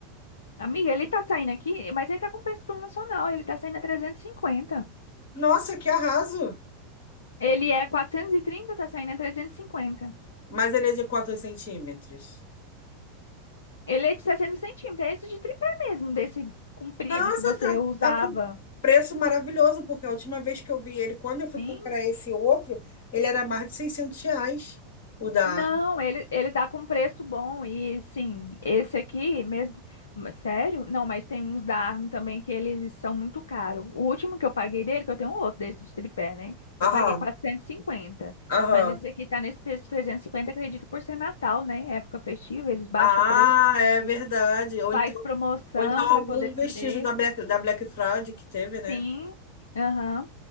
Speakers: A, on the left; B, on the left.
A: Amiga, ele tá saindo aqui, mas ele tá com preço promocional, ele tá saindo a 350.
B: Nossa, que arraso!
A: Ele é 430, tá saindo a 350.
B: Mas ele é de quantos centímetros?
A: Ele é de 60 centímetros, é esse de tripé mesmo, desse comprido
B: Nossa,
A: que você
B: tá,
A: usava.
B: tá com preço maravilhoso, porque a última vez que eu vi ele, quando eu fui
A: Sim.
B: comprar esse outro, ele era mais de 600 reais, o da
A: Não,
B: Arma.
A: ele, ele tá com preço bom e sim, esse aqui mesmo. Mas, Sério? Não, mas tem uns da Arno também que eles são muito caros. O último que eu paguei dele, que eu tenho um outro desse de tripé, né? Eu
B: Aham,
A: paguei 450.
B: aham.
A: Mas esse aqui tá nesse preço de 350, acredito, por ser Natal, né? Época festiva, eles baixam
B: Ah,
A: o preço,
B: é
A: tem tudo.
B: verdade. Ou
A: Faz
B: então,
A: promoção
B: ou então
A: para
B: algum
A: poder vender.
B: vestígio da Black, da Black Fraud que teve, né?
A: Sim, aham,